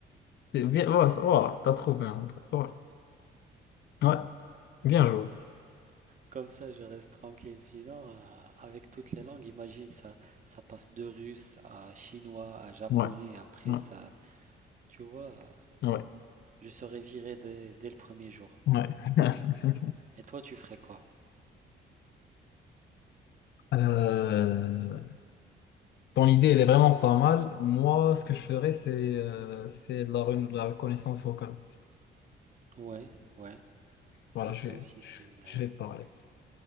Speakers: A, on the left; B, on the right.
A: C'est bien- Voilà, ça- voilà, t'as trouvé un truc. Voilà. Ouais, bien joué.
B: Comme ça, je reste tranquille. Sinon, euh, avec toutes les langues, imagine ça, ça passe de russe à chinois à japonais.
A: Ouais,
B: Après,
A: ouais,
B: ça, tu vois, euh,
A: ouais,
B: je serais viré dès, dès le premier jour.
A: ouais, ouais. <laughs>
B: Et toi, tu ferais quoi?
A: Euh, ton idée, elle est vraiment pas mal. Moi, ce que je ferais, c'est euh, c'est de la, re- de la reconnaissance vocale.
B: Ouais, ouais. Ça,
A: Voilà, je,
B: c'est
A: vais-
B: aussi,
A: je,
B: c'est une.
A: je vais parler.